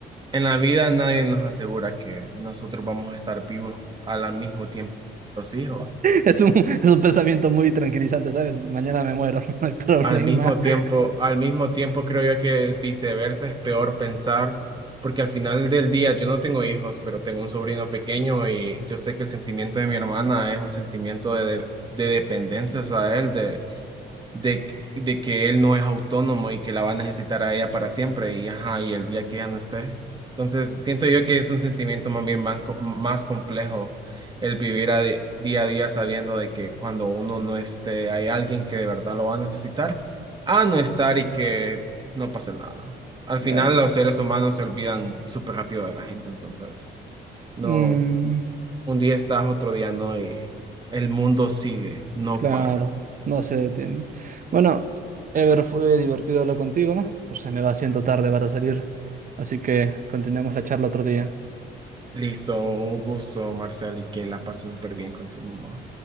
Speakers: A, on the right; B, on the right.
A: en la vida nadie nos asegura que nosotros vamos a estar vivos al mismo tiempo que los hijos.
B: Es un, es un pensamiento muy tranquilizante, ¿sabes? Mañana me muero, <laughs> no hay problema.
A: Al mismo tiempo,
B: <laughs>
A: al mismo tiempo creo yo que viceversa es peor pensar, porque al final del día yo no tengo hijos, pero tengo un sobrino pequeño y yo sé que el sentimiento de mi hermana es un sentimiento de, de, dependencia a él, de de, de que él no es autónomo y que la va a necesitar a ella para siempre y ajá, y el día que ella no esté. Entonces, siento yo que es un sentimiento más bien man- más complejo el vivir a di- día a día sabiendo de que cuando uno no esté, hay alguien que de verdad lo va a necesitar, a no estar y que no pase nada. Al final,
B: Eh,
A: los seres humanos se olvidan súper rápido de la gente, entonces, no,
B: mm.
A: un día estás, otro día no, y el mundo sigue, no
B: Claro,
A: para.
B: no se detiene. Bueno, Ever, fue divertido hablar contigo, pero se me va haciendo tarde para salir, así que continuemos la charla otro día.
A: Listo, un gusto, Marcial, y que la pases súper bien con tu mamá.